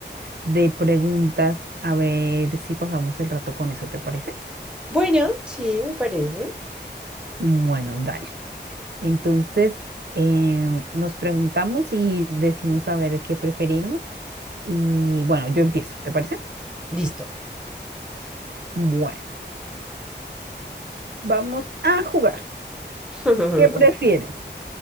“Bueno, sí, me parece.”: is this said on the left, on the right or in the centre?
Centre